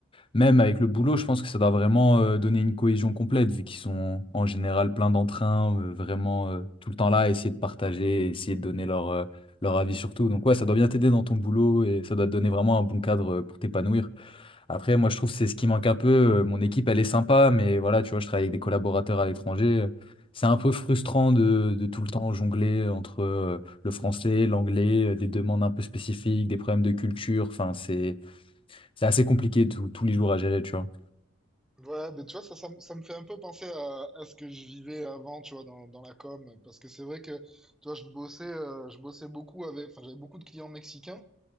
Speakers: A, on the left (about 30°); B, in the centre.
A: même avec le boulot, je pense que ça doit vraiment euh, donner une cohésion complète, vu qu'ils sont en général plein d'entrain, euh, vraiment euh, tout le temps là, à essayer de partager, essayer de donner leur, euh, leur avis sur tout, donc ouais, ça doit bien t'aider dans ton boulot, et ça doit te donner vraiment un bon cadre euh, pour t'épanouir. Après, moi, je trouve que c'est ce qui manque un peu. Euh, Mon équipe, elle est sympa, mais voilà, tu vois, je travaille avec des collaborateurs à l'étranger. euh, C'est un peu frustrant de, de tout le temps jongler entre euh, le français, l'anglais, euh, des demandes un peu spécifiques, des problèmes de culture. Enfin, c'est, c'est assez compliqué tous tous les jours à gérer, tu vois.
B: Ouais, mais tu vois, ça, ça, me ça me fait un peu penser à, à ce que je vivais avant, tu vois, dans, dans la com. Parce que c'est vrai que, tu vois, je bossais, euh, je bossais beaucoup avec, enfin, j'avais beaucoup de clients mexicains.